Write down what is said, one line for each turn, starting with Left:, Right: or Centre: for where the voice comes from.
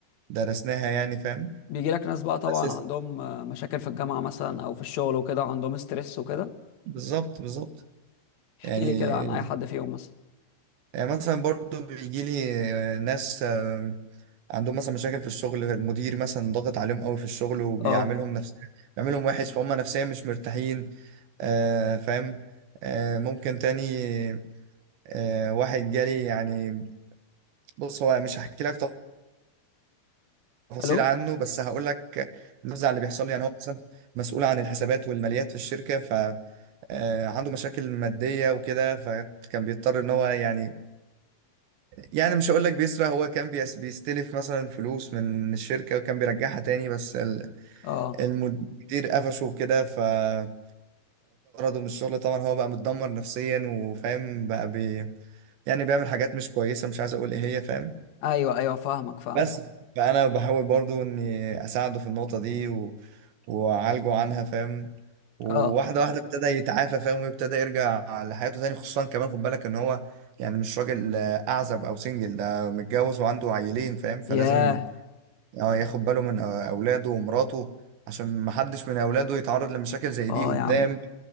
Right: درسناها يعني فاهم
Left: بيجي لك ناس بقى طبعا
Right: بس
Left: عندهم آه، مشاكل في الجامعة مثلا او في الشغل وكده عندهم ستريس وكده
Right: بالظبط بالظبط
Left: احكي
Right: يعني
Left: لي كده عن اي حد فيهم مثلا
Right: يعني مثلا برضو بيجي لي آه، ناس آه، عندهم مثلا مشاكل في الشغل المدير مثلا ضاغط عليهم قوي في الشغل وبيعملهم
Left: اه
Right: نفس بيعملهم وحش فهم نفسيا مش مرتاحين آه فاهم آه ممكن تاني آه واحد جالي يعني بص هو مش هحكي لك تفاصيل
Left: الو
Right: عنه بس هقول لك النزعة اللي بيحصل لي يعني هو مثلا مسؤول عن الحسابات والماليات في الشركة فعنده مشاكل مادية وكده فكان بيضطر ان هو يعني يعني مش هقول لك بيسرق هو كان بيس بيستلف مثلا فلوس من الشركة وكان بيرجعها تاني بس ال-
Left: اه
Right: المدير قفشه كده فطرده من الشغل طبعا هو بقى متدمر نفسيا وفاهم بقى بي يعني بيعمل حاجات مش كويسة مش عايز اقول ايه هي فاهم
Left: ايوه ايوه فاهمك فاهمك
Right: بس فانا بحاول برضو اني اساعده في النقطه دي و... واعالجه عنها فاهم وواحده
Left: اه
Right: واحده ابتدى يتعافى فاهم ويبتدى يرجع لحياته تاني خصوصا كمان خد بالك ان هو يعني مش راجل آه، اعزب او سنجل ده متجوز وعنده عيلين فاهم فلازم
Left: ياه
Right: آه، ياخد باله من آه، اولاده ومراته عشان محدش من اولاده يتعرض لمشاكل زي
Left: اه
Right: دي قدام
Left: يا عم